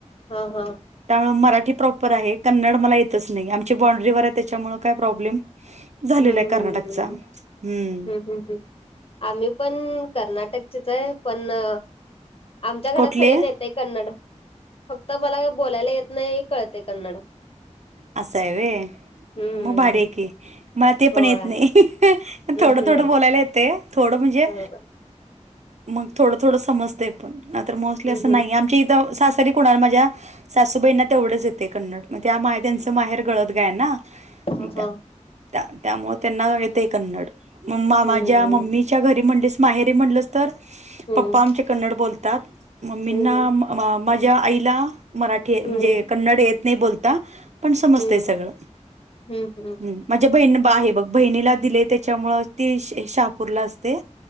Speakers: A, on the left; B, on the right.
A: हा हा.
B: त्यामुळे मराठी प्रॉपर आहे कन्नड मला येतच नाही आमची बांड्रीवर आहे त्याच्यामुळे काय प्रॉब्लेम झालेला
A: हम्म
B: आहे कर्नाटकचा
A: हम्म हम्म
B: हूं!
A: <unintelligible> आम्ही पण कर्नाटकचेच आहे, पण आ आमच्या घरात
B: कुठले
A: सगळ्यांना येत ते कन्नड फक्त मला बोलायला येत नाही, कळतय कन्नड.
B: असं आहे व्हयं
A: हम्म
B: म भारीहेकी मला ते
A: होय
B: पण येत नाही
A: हम्म
B: थोडं,
A: नाही
B: थोडं बोलायला येतय, थोडं म्हणजे
A: हं,
B: मग थोड, थोडं समजतय. पन यातर मोस्ली
A: हम्म
B: असं
A: हम्म
B: नाही आम चीं त सासरी कुणाला माझ्या सासूबाईंना तेवढं च येतय कन्नड म त्यां माह त्यांचं माहेर गळत गाय ना
A: हा
B: त्या-त्यामुळ
A: हा
B: त्यांना येतय कन्नड ममा,
A: हम्म
B: माझ्या मम्मी च्या घरी म्हणलीस, माहेरी म्हणलंस तर.
A: हम्म
B: पप्पा आमचे कन्नड बोलतात, मम्मींना
A: हम्म
B: मा-माझ्या आईला. मराठी
A: हम्म
B: म्हणजे कन्नड येत नाही बोलता पण समजतय
A: हम्म
B: सगळं
A: हम्म हम्म
B: हूं. माझ्या बहिण बा आहे बघ, बहिणीला दिलेय त्याच्यामुळ ती श-शहापूरला असते.